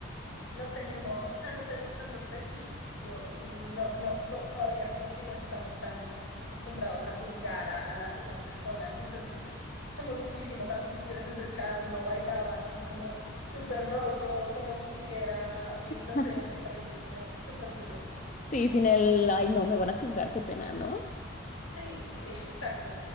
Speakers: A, on the left (about 75°); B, on the left (about 35°).
A: no tenemos, o sea, no tenemos tantos prejuicios y no, no, to- todavía como que no estamos tan acostumbrados a juzgar a, a las otras personas. Entonces, somos muchísimo más libres, entonces cada uno bailaba así como súper loco, como quisiera y
B: <laughs>
A: no sé, me parece como súper lindo.
B: Sí, sin el, ay, no, me van a juzgar, qué pena, ¿no?
A: Sí, sí, <laughs> exacto.